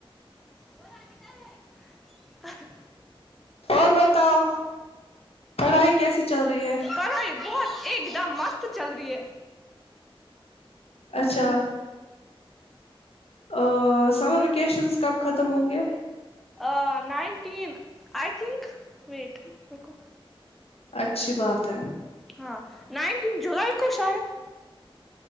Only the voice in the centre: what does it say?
اورحان ادھر ہے
پڑھائی بہت ایک دم مست چل رہی ہے
آ نائنٹین آئی تھنک ویٹ رکو
ہاں نائنٹین جولائی کو شاید